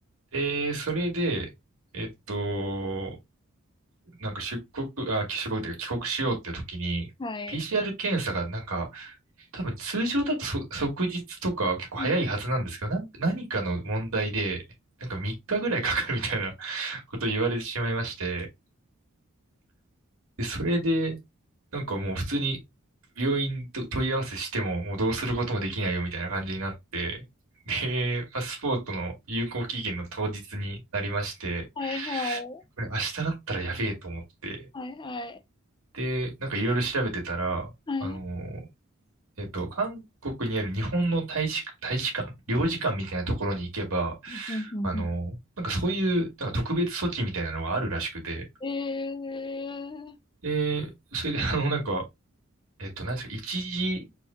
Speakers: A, on the right; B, on the left.
A: で、それで、えっと、なんか出国、あ、帰国というか帰国しようって時に、
B: はい。
A: PCR 検査がなんか、多分通常だとそ即日とか結構早いはずなんですけど、
B: うん
A: なん何かの問題で、なんか3日ぐらいかかるみたいな <laughs> ことを言われてしまいまして、で、それで、なんかもう普通に病院と問い合わせしても、もうどうすることもできないよみたいな感じになって、で、パスポートの有効期限の当日になりまして、
B: はいはい。
A: これ明日だったらやべえと思って、
B: はいはい。
A: で、なんかいろいろ調べてたら、
B: はい。
A: あの、えっと、韓国にある日本の大使、大使館、領事館みたいなところに行けば、
B: うんうんう
A: あの、なんかそういう、なんか特別措置みたいなのがあるらしくて、
B: ん。えー。
A: で、それであの、なんか、えっと、なんですか、一時、